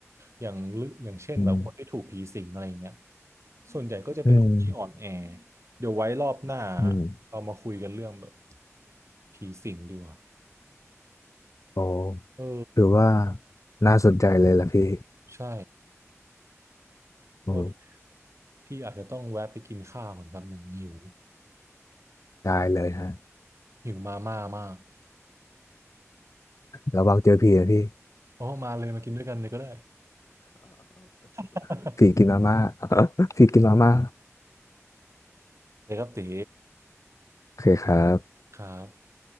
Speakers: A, on the right (about 65°); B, on the left (about 80°).
A: อย่างลึกอย่างเช่นแบบคนที่ถูกผีสิงอะไรอย่างเงี้ย
B: อืม
A: ส่วนใหญ่ก็จะเป็นคนที่อ่อนแอ
B: อืม
A: เดี๋ยวไว้รอบหน้า
B: อืม
A: เรามาคุยกันเรื่องแบบผีสิงดีกว่า
B: โอ้
A: เออ
B: ถือว่าน่าสนใจเลยล่ะพี่
A: ใช่
B: โอ้
A: ว่า พี่อาจจะต้องแวะไปกินข้าวก่อนแป๊บหนึ่งหิว
B: ได้เลยฮะ
A: หิวมาม่ามาก
B: ระวังเจอผีนะพี่
A: โอ้มาเลยมากินด้วยกันเลยก็ได้ <laughs>
B: <laughs> ผีกินมาม่า <laughs> ผีกินมาม่า
A: โอเคครับตี
B: โอเคครับ
A: ครับ